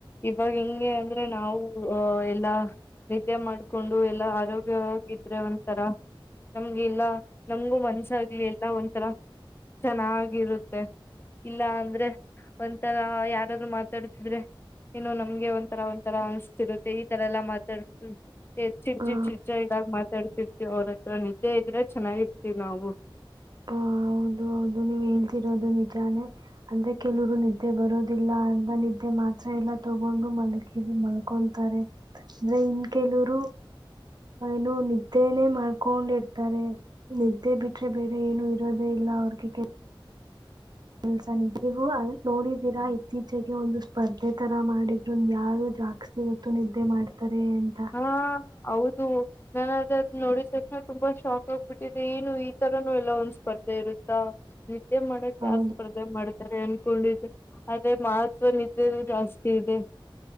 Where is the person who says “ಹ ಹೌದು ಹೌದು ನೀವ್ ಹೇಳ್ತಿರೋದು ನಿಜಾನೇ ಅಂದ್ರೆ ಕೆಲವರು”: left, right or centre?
Right